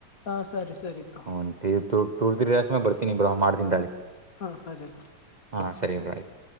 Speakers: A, on the left; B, on the right.
A: ಹಾ ಸರಿ ಸರಿ ಬ್ರೋ
B: ಹ ತಟೂರ್ತ ಸಮುಯ ಬರ್ತೀನಿ್ರ ಮಾಡ್್ದನ್ ದಾಳಿ
A: ಹಾ ಸರಿ.
B: ಹಾ ಸರಿ ಇಬ್ರಾ ಆಯ್ತು